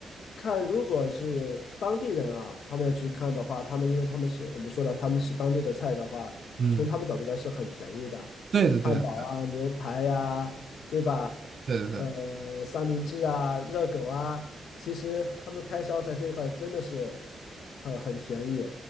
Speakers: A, on the left (about 75°); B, on the right (about 45°).
A: 看，如果是当地人啊，他们要去看的话，他们因为他们是我们说的，他们是当地的菜的话，
B: 嗯，
A: 从他们角度来是很便宜的，
B: 对的，
A: 汉堡啊、
B: 对的，
A: 牛排呀、对吧？
B: 对的，
A: 呃，
B: 对的，
A: 三明治啊、热狗啊，其实他们的开销在这一块真的是很很便宜，